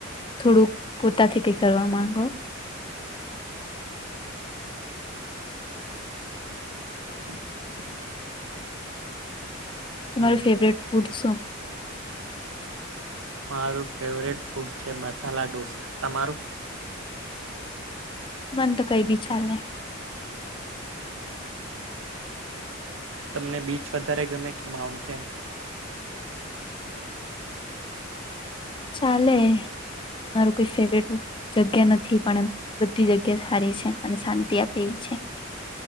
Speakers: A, on the left; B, on the right.
A: થોડુંક પોતાથી કઈ કરવા માંગો
B: <inaudible>
A: તમારું
B: હમ
A: ફેવરેટ ફૂડ શું?
B: મારું ફેવરેટ ફૂડ છે, મસાલા ઢોસા તમારું?
A: મન તો કઈ બી ચાલે
B: તમને બીચ વધારે ગમે કે માઉન્ટેન?
A: ચાલે. મારું કોઈ ફેવરેટ જગ્યા નથી પણ એમ બધી જગ્યા સારી છે, અને શાંતિ આપે એવી છે. <inaudible>